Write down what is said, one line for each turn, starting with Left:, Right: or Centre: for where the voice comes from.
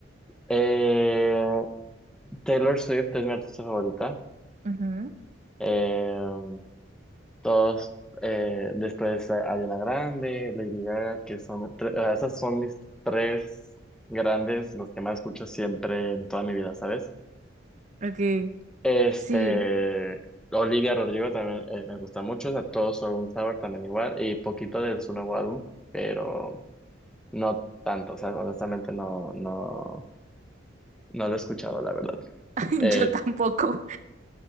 Centre: Eh, Taylor Swift es mi artista favorita.
Right: Ujú,
Centre: Eh, todos, eh, después a- Ariana Grande, Lady Gaga, que son, tre- o sea, esas son mis tres grandes, los que más escucho siempre en toda mi vida, ¿sabes?
Right: ok,
Centre: Este,
Right: sí,
Centre: Olivia Rodrigo también eh, me gusta mucho, o sea, todo sobre un sabor también igual, y poquito de su nuevo álbum, pero no tanto, o sea, honestamente no, no, no lo he escuchado, la verdad.
Right: <laughs>
Centre: Eh,
Right: yo tampoco.